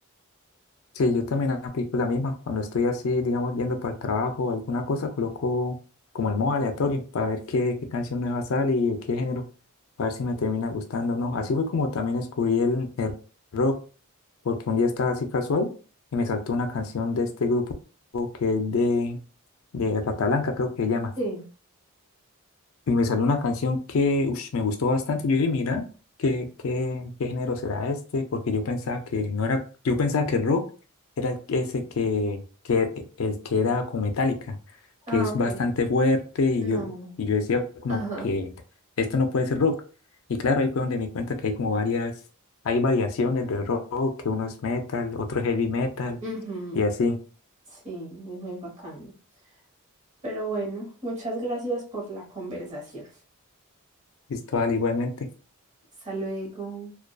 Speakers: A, on the left; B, on the right.
A: Sí, yo también aplico la misma. Cuando estoy así, digamos, yendo para el trabajo o alguna cosa, coloco como el modo aleatorio para ver qué, qué canción nueva sale y de qué género, para ver si me termina gustando o no. Así fue como también descubrí el, el rock, porque un día estaba así casual y me saltó una canción de este grupo que es de, de Rata Blanca, creo que se llama.
B: Sí.
A: Y me salió una canción que ush, me gustó bastante. Y yo dije, mira, ¿qué, qué, qué género será este? Porque yo pensaba que no era, yo pensaba que rock era el- ese que, que el que era como Metallica,
B: Ah,
A: que es
B: ok.
A: bastante fuerte. Y
B: No.
A: yo, y yo decía como
B: Ajá.
A: que esto no puede ser rock. Y claro, ahí fue donde me di cuenta que hay como varias, hay variaciones del rock, que uno es metal, otro es heavy metal,
B: Ujú.
A: y así.
B: Sí, es muy bacano. Pero bueno, muchas gracias por la conversación.
A: Listo, al igualmente.
B: Hasta luego.